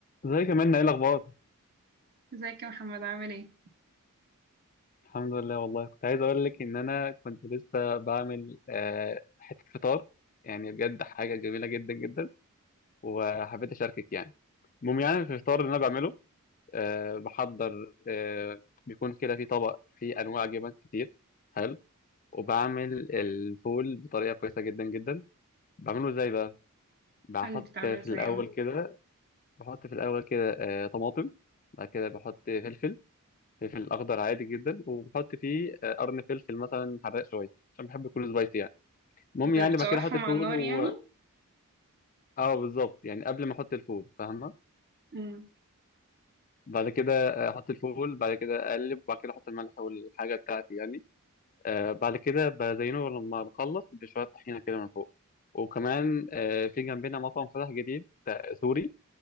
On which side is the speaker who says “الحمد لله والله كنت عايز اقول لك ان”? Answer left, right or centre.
Left